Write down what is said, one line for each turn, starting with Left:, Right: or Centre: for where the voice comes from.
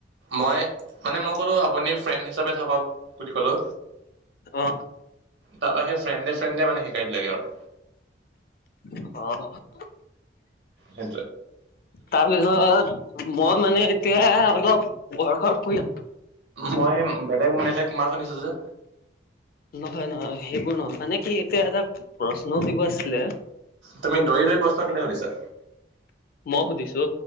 Right: মই মানে কো আপুনি ফ্ৰেণ্ড হিচাপে থাকক বুলি কলো
Left: অ',
Right: তাৰৰা সেই ফ্ৰেণ্ডে ফ্ৰেডে মানে শিকাই দ লাগে আৰু
Left: অ অ
Right: এ
Left: তাৰপিছত মই মানে এতিয়া অলপ বৰ্ষৰ পৰি
Right: মই বেলেগ বেলেগ মাছ শুনিছো যে
Left: নহয় নহয় সেইবোৰ নহয় মানে কি এতিয়া এটা প্ৰশ্ন দিব আছিল
Right: তুমি দৌৰি দৌৰি প্ৰশ্ন কেলে সুধিছা?
Left: মই সুধিছো